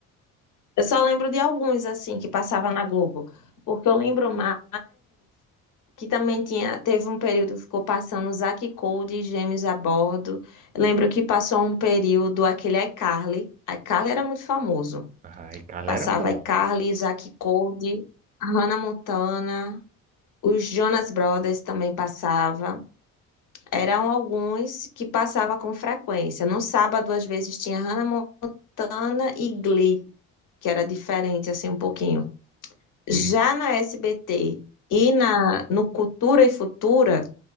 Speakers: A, on the left (about 50°); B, on the right (about 20°).
A: Eu só lembro de alguns, assim, que passava na Globo. Porque eu lembro mais que também tinha, teve um período que ficou passando Zack e Cody, Gêmeos a Bordo. Lembro que passou um período aquele iCarly. iCarly era muito famoso.
B: Aí, cara,
A: Passava
B: era bom.
A: iCarly, Zack e Cody, Hannah Montana, os Jonas Brothers também passava. Eram alguns que passava com frequência. No sábado, às vezes, tinha Hannah Montana e Glee, que era diferente, assim, um pouquinho. Já
B: Cli-
A: na SBT e na, no Cultura e Futura,